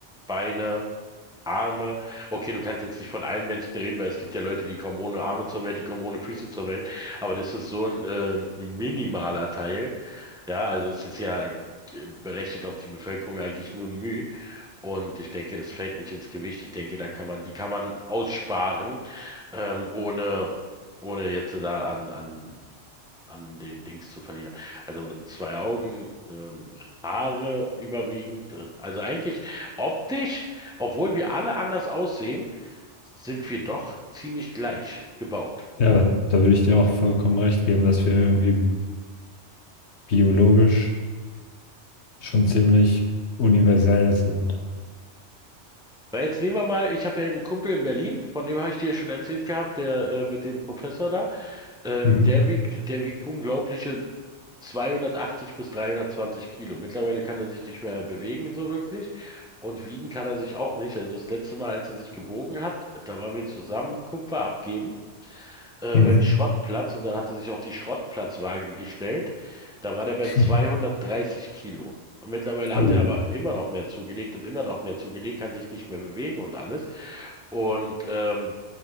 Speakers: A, in the centre; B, on the left.
A: Beine. Arme. Okay, du kannst jetzt nicht von allen Menschen reden, weil es gibt ja Leute, die kommen ohne Arme zur Welt, die kommen ohne Füße zur Welt. Aber das ist so ein ähm, minimaler Teil. Ja, also es ist ja äh, berechnet auf die Bevölkerung eigentlich nur ein Müh. Und ich denke, das fällt nicht ins Gewicht. Ich denke, da kann man, die kann man aussparen, ähm, ohne, ohne jetzt da an, an an den Dings zu verlieren. Also zwei Augen, ähm, Haare überwiegend. äh, Also eigentlich optisch, obwohl wir alle anders aussehen, sind wir doch ziemlich gleich gebaut.
B: Ja, da würde ich dir auch vollkommen recht geben, dass wir irgendwie biologisch schon ziemlich universell sind.
A: Weil jetzt nehmen wir mal, ich habe ja einen Kumpel in Berlin, von dem habe ich dir schon erzählt gehabt, der äh, mit dem Professor da. Ähm,
B: Mhm.
A: der wiegt, der wiegt unglaubliche 280 bis 320 Kilo. Mittlerweile kann er sich nicht mehr bewegen, so wirklich. Und wiegen kann er sich auch nicht. Also das letzte Mal, als er sich gewogen hat, da waren wir zusammen Kupfer abgeben, äh,
B: Mhm.
A: beim Schrottplatz. Und dann hat er sich auf die Schrottplatzwaage gestellt. Da war der bei
B: <laughs>
A: 230 Kilo. Und mittlerweile hat
B: Oh,
A: er aber immer noch mehr zugelegt und immer noch mehr zugelegt, kann sich nicht mehr bewegen und alles. Und ähm,